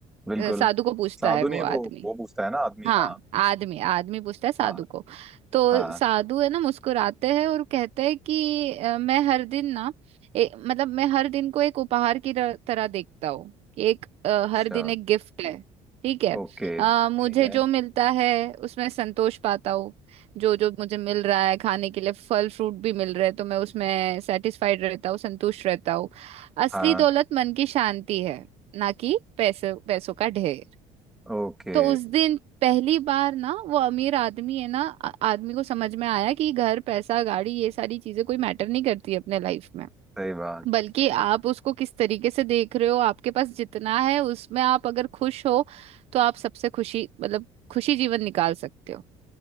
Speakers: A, in the centre; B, on the right (about 55°).
A: बिल्कुल
B: अ, साधु को पूछता
A: साधु
B: है वो
A: नहीं
B: आदमी
A: वो वो पूछता है ना आदमी
B: हाँ
A: हाँ
B: आदमी आदमी पूछता है साधु
A: हाँ
B: को तो
A: हाँ
B: साधु है ना मुस्कुराते हैं और कहते हैं कि अ, मैं हर दिन ना ए, मतलब मैं हर दिन को एक उपहार की तर- तरह देखता हूँ कि एक अ,
A: अच्छा
B: हर दिन एक गिफ्ट है ठीक है
A: ओके
B: अ, मुझे
A: ठीक है
B: जो मिलता है उसमें संतोष पाता हूँ जो जो मुझे मिल रहा है खाने के लिए फल फ्रूट भी मिल रहे हैं तो मैं उसमें सेटिस्फाइड रहता हूँ संतुष्ट रहता हूँ असली
A: हाँ
B: दौलत मन की शांति है ना कि पैसे पैसों का ढेर
A: ओके
B: तो उस दिन पहली बार ना वो अमीर आदमी है ना आ- आदमी को समझ में आया कि घर पैसा गाड़ी ये सारी चीजें कोई मैटर नहीं करती अपने लाइफ में
A: सही बात
B: बल्कि आप उसको किस तरीके से देख रहे हो आपके पास जितना है उसमें आप अगर खुश हो तो आप सबसे खुशी मतलब खुशी जीवन निकाल सकते हो